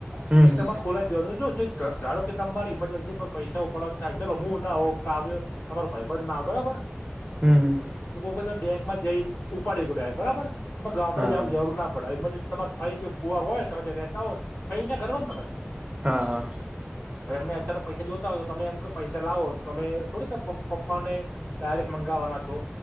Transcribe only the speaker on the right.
હમ હમ
હમ્મ, હમ્મ.
હા
હા
હા, હા.